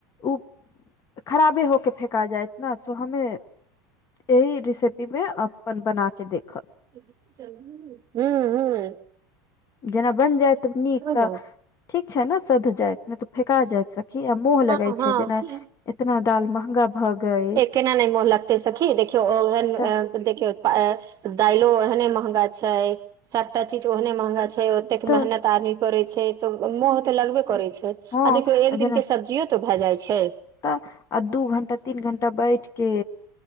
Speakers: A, on the left; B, on the right.
A: ओ खराबे होके फेका जायत ना सो हमे एहि रेसिपी मे अपन बना के देखब
B: हू हू
A: जेना बन जायत नीक तऽ
B: ने
A: ठीक छै ने सध जायत फेका जायत सखी आ मोह
B: हँ
A: लगे
B: हँ
A: छै जेना इतना दाल महंगा भ गय
B: ए केना नै मोह लग त सखी देखियौ ओन
A: तऽ
B: देखियौ दइलो एहने महगा छै सभटा चीज ओहने महँंगा छै ओतेक
A: तऽ
B: मेहनत आदमी करैत छै तऽ मोह तऽ लगबे करैत छै आ
A: हँ
B: देखियौ एक
A: जेना
B: दिन के सब्जियो तो भए जाइ छै
A: तऽ आ दू घंटा तीन घंटा बैठ के